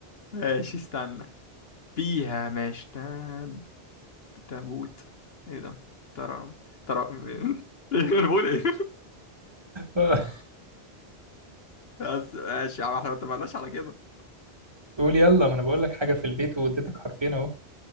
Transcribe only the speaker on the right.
آه،
<laughs> قول يلا ما انا بقول لك حاجة في البيت واديتك حرفين اهو